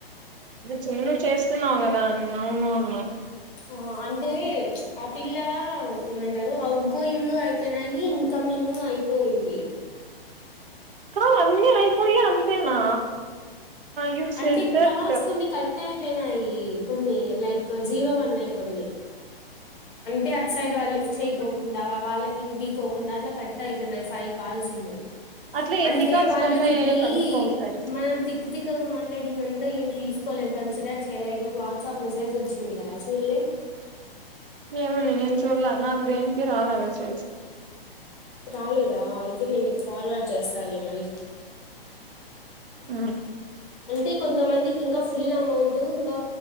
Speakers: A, on the right; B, on the left.
A: చూించ్ చేస్తున్నావు కదా న అవును అవును
B: ఆ అంటే ఆ పిల్ల ఏమంటారు అఔట్ గోయింగ్ అయిపోయినాయి ఇన్కమింగ్ అయిపోయింది
A: కా అన్నీ అయిపోయి అంతేనా యూ సెడ్
B: అంటే
A: దట్
B: కాల్స్ కొన్ని కట్టాయి యినాయి కొన్ని లైక్ జీరో వన్నాయి కొన్ని అంటే అటు సైడ్ వాళ్ళు లిఫ్ట్ చేయకోకుండావా
A: ఓకే
B: వాళ్ళకి కింది కోక దడాట్లా కట్ అయిపోయియి ఫైవ్ కాల్స్ ఏమో
A: అట్లా ఎన్ని
B: అంటే
A: కాల్స్
B: వాళ్ళునికి
A: కట్ అయ్యాయో కనుక్కో ఒకసారి
B: మనం తిక్ తక్ మాట్లాడింద అంతా ఏం తీసుకోలేదు కన్సిడర్ చేయాల ఈ రోజు వాట్సాప్ మెసేజ్ వచ్చింది కదా చూల్లే
A: ఏమని నేను చూల్ నాకు దేనికి రాాలనే సల్
B: రాలేదా అయితే నేను ఫార్వర్డ్ చేస్తాను మరి
A: ఆ
B: అంటే కొంతమందికి ఇంకా ఫుల్ అమౌంట్ ఇంకా